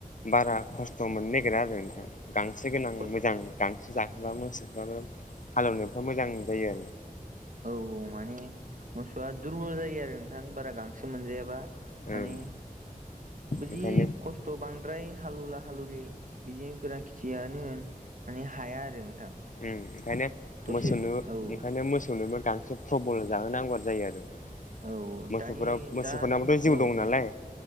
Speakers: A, on the left (about 60°); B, on the right (about 60°).
A: बारा खस्थ' मोननो नागिरा आरो नोंथां गांसो गोनां
B: खस
A: मोजां गांसो जाहोब्ला मोसोबा हालेवनायफ्राव मोजां जायो आरो।
B: औ औ माने मोसौआ दुरबल जायो आरो नोंथां बारा गांसो मोनजायाबा। माने
A: ओं
B: बिदि
A: ओंखायनो
B: खस्थ' थ' बांद्राय हालुला हालुलि बिदि गोरा खेथियानो होन माने हाया आरो नोंथां।
A: ओं ओंखायनो
B: दसे
A: मोसौनो
B: औ
A: ओंखायनो मोसौनोबो गांसो प्रबल जाहोनांगौआ जायो आरो दा
B: औ
A: मोसौफोर
B: दानि
A: मोसौफोरनाबथ'
B: दाथ'
A: जिउ
B: औ
A: दं नालाय।